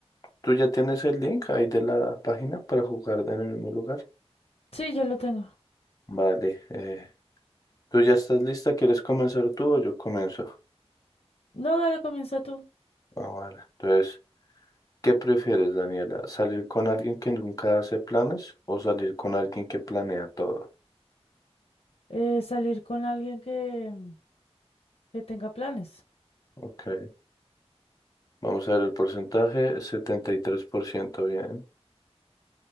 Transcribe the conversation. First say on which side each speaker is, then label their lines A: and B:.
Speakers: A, on the left (about 30°); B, on the left (about 60°).
A: ¿Tú ya tienes el link ahí de la página para jugar en el mismo lugar?
B: Sí, ya lo tengo.
A: Vale. eh, ¿tú ya estás lista? ¿Quieres comenzar tú o yo comienzo?
B: No, dale, comienza tú.
A: Ah, vale. Entonces, ¿qué prefieres, Daniela? ¿Salir con alguien que nunca hace planes o salir con alguien que planea todo?
B: Eh, salir con alguien que, mm, que tenga planes.
A: Ok. Vamos a ver el porcentaje, Setenta y tres por ciento bien.